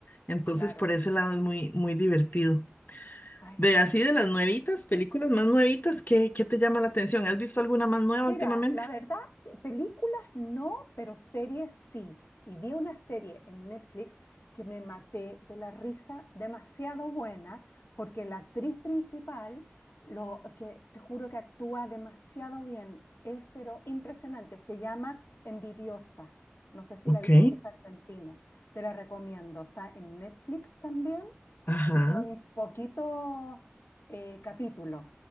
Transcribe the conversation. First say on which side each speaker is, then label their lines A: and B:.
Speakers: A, on the left; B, on the left.
A: Entonces,
B: claro.
A: por ese lado es muy, muy divertido.
B: Ay,
A: De
B: qué genial.
A: así de las nuevitas, películas más nuevitas, ¿qué, qué te llama la atención? ¿Has visto alguna más nueva
B: Mira,
A: últimamente?
B: la verdad, películas no, pero series sí. Y vi una serie en Netflix que me maté de la risa, demasiado buena, porque la actriz principal, lo es que te juro que actúa demasiado bien, es pero impresionante. Se llama Envidiosa. No sé si
A: Ok.
B: la viste, es argentina. Te la recomiendo. Está en Netflix también.
A: Ajá,
B: Y son poquitos eh, capítulos,